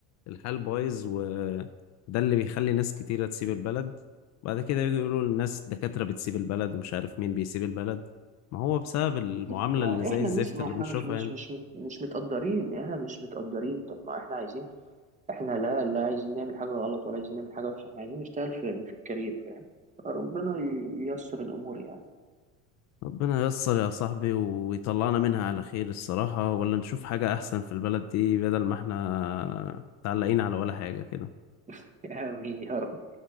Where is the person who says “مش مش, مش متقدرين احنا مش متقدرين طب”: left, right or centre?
Right